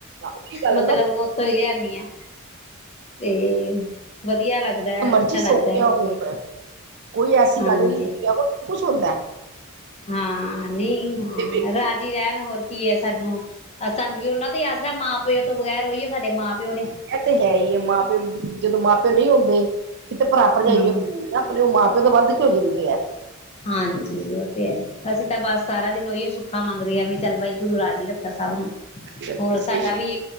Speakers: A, on the right (about 50°); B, on the left (about 30°).
A: ਉਹੀ ਗੱਲ
B: ਮਤਲਬ
A: ਹੈ ਨਾ
B: ਉੱਥੋਂ ਹੀ ਲਿਆਨੀ ਆ, ਤੇ ਵਧੀਆ ਲੱਗਦਾ।
A: ਮਰਜ਼ੀ
B: ਅੱਛਾ
A: ਸੋਖਿਆ
B: ਲੱਗਦਾ ਹੋਰ ਕੀ
A: ਹੋਣ, ਕੋਈ ਐਸੀ
B: ਹਾਂਜੀ
A: ਗੱਲ ਨਹੀ, ਧੀਆਂ ਕੋਲ ਸਭ ਕੁਛ ਹੁੰਦਾ।
B: ਹਾਂ ਨਹੀਂ ਹਾਂ
A: ਪੇਕੇ
B: ਰਾਤ ਰਹਿਣ ਹੋਰ ਕੀ ਐ ਸਾਨੂੰ, ਸਾਨੂੰ ਵੀ ਉਹਨਾਂ ਦਾ ਆਸਰਾ ਐ, ਮਾਂ ਪਿਓ ਤੋਂ ਬਗੈਰ ਉਹੀ ਓ ਸਾਡੇ ਮਾਂ ਪਿ ਪਿਓ ਨੇ।
A: ਇਹ ਤੇ ਹੈ ਹੀ ਏ। ਮਾਂ ਪਿਓ ਜਦੋਂ ਮਾਂ ਪਿਓ ਨਹੀਂ ਹੁੰਦੇ ਫੇਰ ਤੇ ਭਰਾ ਭਰਜਾਈ
B: ਹਾਂ
A: ਏ ੳਹ ਅਪਣੇ ਮਾਂ ਪਿਓ ਤੋ ਵੱਧ ਕੇ ਹੋ ਜਾਂਦੇ ਆ।
B: ਹਾਂਜੀ ਉਹ ਤੇ ਹੈ ਏ। ਅਸੀਂ ਤਾਂ ਬਸ ਸਾਰਾ ਦਿਨ ਉਹੀ ਸੁੱਖਾ ਮੰਗਦੇ ਆ ਵੀ ਚੱਲ ਵਾਹਿਗੁਰੂ ਜੀ ਰਾਜੀ ਰੱਖਨ ਸਭ ਨੂੰ।
A: ਰੱਖਓ
B: ਹੋਰ
A: ਸਹੀ
B: ਸਾਡਾ ਵੀ